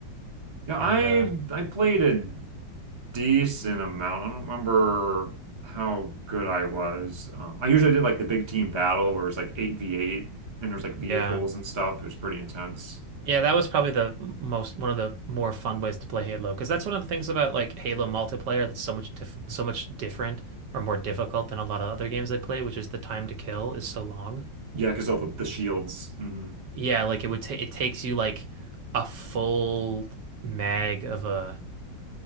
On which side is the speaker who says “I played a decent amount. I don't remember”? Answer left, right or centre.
Right